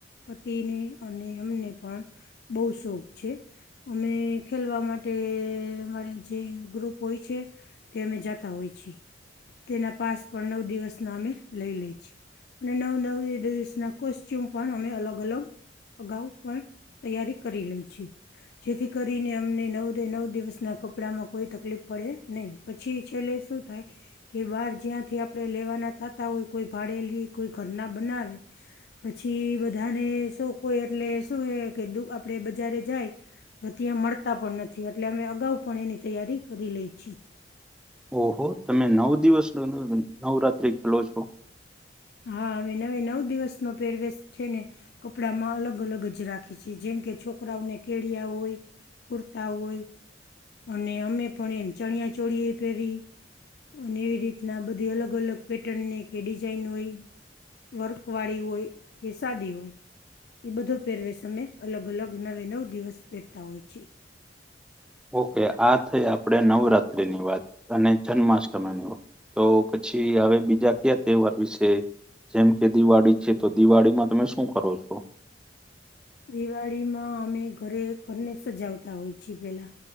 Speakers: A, on the left (about 60°); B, in the centre.
A: પતિને અને અમને પણ બહ શોખ છે અમે ખેલવા માટે અમારે જે ગ્રુપ હોય છે તે અમે જતા હોય છીએ તેના પાસ પણ નવ દિવસ ના અમે લઈ લે છીએ અને નવ નવી દસના કોસ્ટચ્યુમ પણ અમે અલગ અલગ અગાઉ પણ તૈયારી કરી લે છે જેથી કરીને અમને નવ દે નવ દિવસનાં કપડાંમાં કોઈ તકલીફ પડે નહીં પછી છેલ્લે શું થાય કે બહાર જ્યાંથી આપડે લેવાના થતા હોય કોઈ ભાડેલી કોઈ ઘર ના બનાવે પછી બધાને શોખ હોય એટલે શું કે આપડે બજારે જાય તો ત્યાં મળતા પણ નથી એટલે અમે અગાઉ પણ એની તૈયારી કરી લઈ છીએ
B: ઓહો તમે નવ દિવસ નવરાત્ર્રી ખેલો છો
A: હા હવે નવે નવ દિવસ નો પેરવેશ છે ને કપડામાં અલગ અલગ જ રાખે છે જેમ કે છોકરાઓને કેળિયા હોય કુર્તા હોય અને અમે પણ એમ ચણિયા ચોળ એ પહેરી અને એવી રીતના બધી અલગ અલગ પેટર્ન ની કે ડિઝાઇન હોય વર્ક વાળી હોય કે સાદી હોય એ બધો પહેરવે સમમે અલગ અલગ નવે નવ દિવસ પહેરતા હોય છે
B: ઓકે આ થઈ આપણેે નવરાત્રીની વાત અને જન્માષ્ટમીની વાત તો પછી હવે બીજા ક્યા તહેવાર વિશે જેમ કે દિવાળી છે તો દિવાળીમાં તમે શું કરો છો
A: દિવાળીમાં અમે ઘરે ઘરને સજાવતા હોય છીએ પેલા